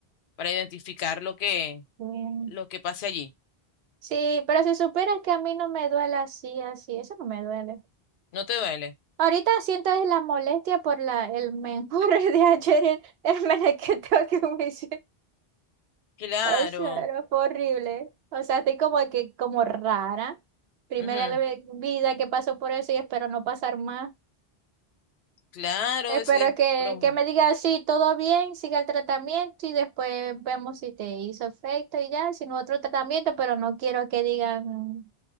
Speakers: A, on the left; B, on the right.
A: para identificar lo que,
B: Mm,
A: lo que pase allí.
B: Sí, pero si supieras que a mí no me duele así, así, eso no me duele.
A: ¿No te duele?
B: Ahorita siento es la molestia por la, el menjurre <laughs> de ayer, el, el menequeteo que me hice.
A: Claro.
B: O sea, era horrible. O sea, estoy como que, como rara. Primera
A: ujú,
B: la ve- vida que paso por eso y espero no pasar más.
A: Claro,
B: Espero
A: es, es
B: que,
A: pero
B: que me diga sí, todo bien, siga el tratamiento y después vemos si te hizo efecto y ya, sino otro tratamiento, pero no quiero que digan